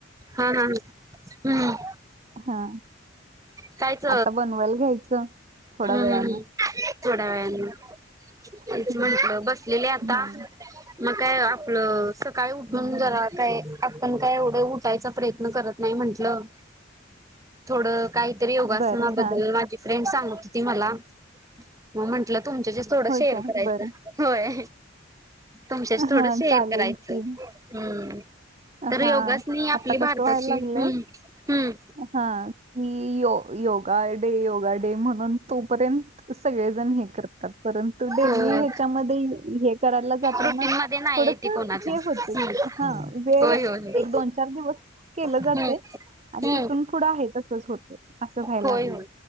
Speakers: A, on the right; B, on the right.
A: हा हा हम्म...
B: हा...
A: खायच
B: आता बनवायला घ्यायचं थोड्या
A: हम्म्
B: वेळानं
A: थोड्या वेळानं.. ह..
B: हम्म
A: म्हंटलं बसलेले आता
B: हम्म
A: मग काय आपलं सकाळी उठून
B: हम्म
A: जरा
B: हम्म
A: काय.. आपण काय एवढं उठायचा प्रयत्न करत नाही म्हंटलं थोडं... काहीतरी योगासनाबद्दल
B: बरं हा
A: माझी फ्रेंड सांगत होती मला... मग म्हंटलं तुमच्याशी थोडं
B: होय
A: शेअर
B: काय
A: करायचं
B: बरं
A: होय. तुमच्याशी
B: हा
A: थोडं शेअर
B: चालेल
A: करायचं
B: की
A: हम्म... तर
B: हा
A: योगासनी आपली
B: आता
A: भारताची
B: कस व्हायला लागलंय
A: हम्म हम्म
B: हा मी यो... योगा डे योगा डे म्हणून तू... पर्यंत सगळेजण हे करतात परंतु डेली
A: हो
B: ह्याच्यामध्ये हे करायला जाताना...
A: रुटीन मध्ये नाही
B: थोडंस
A: आहे ती कोणाच्या
B: हे होते
A: हम्म
B: हा.. ते
A: होय होय होय
B: एक दोन चार दिवस केलं
A: हम्म
B: जातय... आणि
A: हम्म
B: तिथून पुढं आहे तसंच होतय असं व्हायला
A: होय
B: लागलय
A: होय